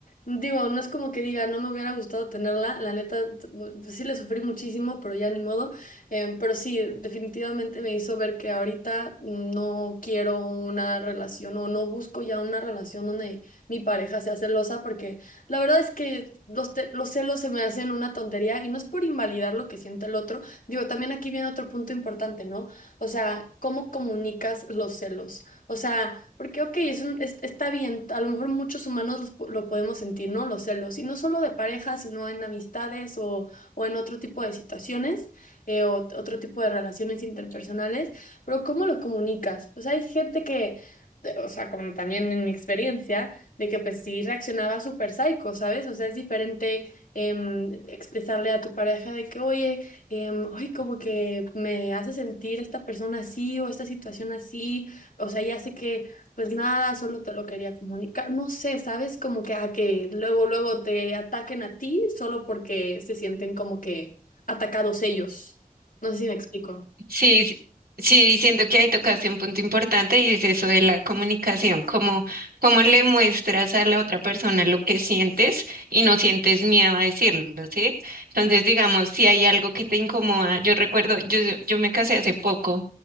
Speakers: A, on the left; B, on the right.
A: Digo, no es como que diga, no me hubiera gustado tenerla, la neta, t- pues, sí le sufrí muchísimo, pero ya ni modo. Em, pero sí, definitivamente me hizo ver que ahorita no quiero una relación o no busco ya una relación donde mi pareja sea celosa, porque la verdad es que los, te- los celos se me hacen una tontería y no es por invalidar lo que siente el otro. Digo, también aquí viene otro punto importante, ¿no? O sea, ¿cómo comunicas los celos? O sea, porque, ok, es un- es- está bien, a lo mejor muchos humanos los po- lo podemos sentir, ¿no? Los celos, y no solo de pareja, sino en amistades o o en otro tipo de situaciones eh, o otro tipo de relaciones interpersonales, pero ¿cómo lo comunicas? O sea, hay gente que, de- o sea, como también en mi experiencia, de que pues sí reaccionaba súper psycho, ¿sabes? O sea, es diferente em, expresarle a tu pareja de que, oye, em, ay, como que me hace sentir esta persona así o esta situación así, o sea, ya sé que pues nada, solo te lo quería comunicar, no sé, ¿sabes? Como que a que luego, luego te ataquen a ti solo porque se sienten como que atacados ellos. No sé si me explico.
B: Sí, sí, siento que ahí tocaste un punto importante y es eso de la comunicación, cómo, cómo le muestras a la otra persona lo que sientes y no sientes miedo a decirlo, ¿sí? Entonces, digamos, si hay algo que te incomoda, yo recuerdo, yo, yo me casé hace poco